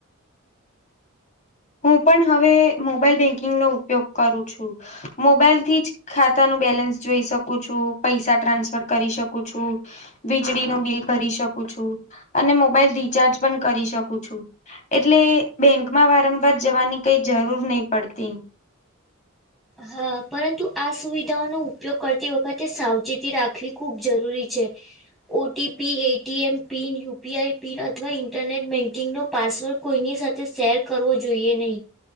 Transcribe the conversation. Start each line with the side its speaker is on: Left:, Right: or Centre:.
Left: હું પણ હવે મોબાઈલ બેંકિંગનોો ઉપયોગ કરું છું મોબાઈલ થી જ ખાતા નું બેલેન્સ જોઈ શકું છું પૈસા ટ્રાન્સફર કરી શકું છું. વીજળીનું બિલ ભરી શકું છું અને મોબાઈલ રિચાર્જ પણ કરી શકું છું. એટલે બેંકમાં વારંવાર જવાની કઈ જરૂર નહી પડતી
Centre: હા પરંતુ આ સુવિધાઓનો ઉપયોગ કરતી વખતે સાવચેતી રાખવી ખૂબ જરૂરી છે. OTP ATM pin UPI pin અથવા ઇન્ટરનેટ બેંકિંગ નો પાસવર્ડ કોઈની સાથે શેર કરવો જોઈએ નહી